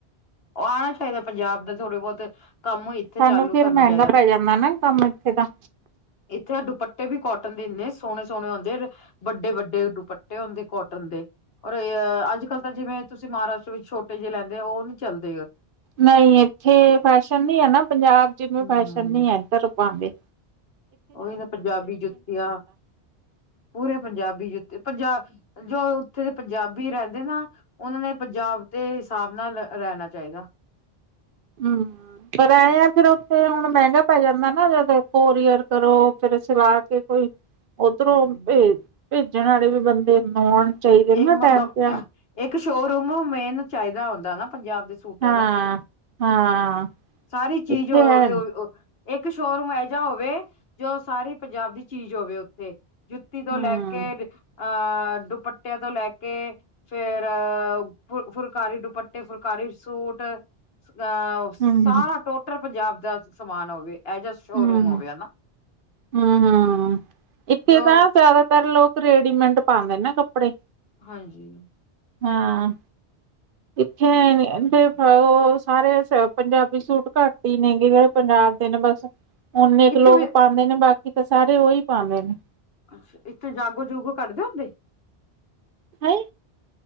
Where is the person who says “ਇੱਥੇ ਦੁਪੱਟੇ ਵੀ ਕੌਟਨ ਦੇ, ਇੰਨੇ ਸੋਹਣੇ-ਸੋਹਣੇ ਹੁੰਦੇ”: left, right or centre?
Left